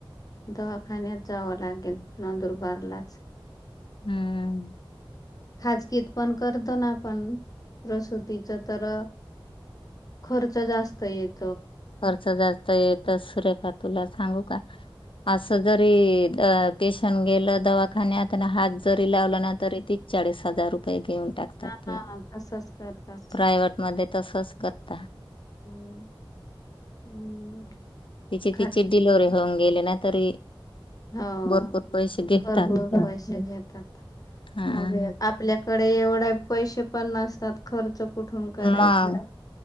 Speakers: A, on the left; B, on the left.
A: दवाखान्यात जावं लागेल नंदुरबारलाच..
B: हम्म.
A: खाजकीीत पण करतो ना. पण प्रसुतीच तर खर्च जास्त येत.
B: खर्च जास्त येतच सुरेखा तुला सांगू का. असं जरी पेशंट गेलं दवाखान्याताना हात. जरी लावलं ना तरी तीच चाळीस हजार रुपये. घेऊन टाकतात
A: हा
B: ते
A: हा तसच करतात
B: प्रायवट मध्ये तसच करता....
A: हम् हम्म <unintelligible>
B: तिची
A: खा-
B: तिची डिलोरे होऊन गेले ना तरी
A: हो
B: भरपूर पैसे घेतात
A: भरपर
B: ते
A: पैसे घेतात..
B: हा
A: मग आपल्याकडे एवढे पैसे पण नसतात खर्च कुठून करायचा..
B: मग